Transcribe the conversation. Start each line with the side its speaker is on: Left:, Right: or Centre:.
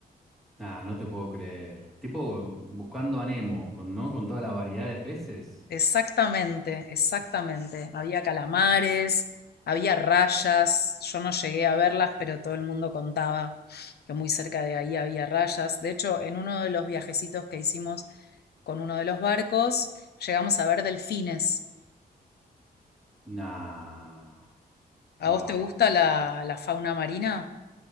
Centre: Ah, no te puedo creer. Tipo buscando a Nemo, con, ¿no? Con toda la variedad de peces.
Left: Exactamente, exactamente. Había calamares, había rayas. Yo no llegué a verlas, pero todo el mundo contaba que muy cerca de ahí había rayas. De hecho, en uno de los viajecitos que hicimos con uno de los barcos, llegamos a ver delfines.
Centre: Nah.
Left: ¿A
Centre: Wow.
Left: vos te gusta la, la fauna marina?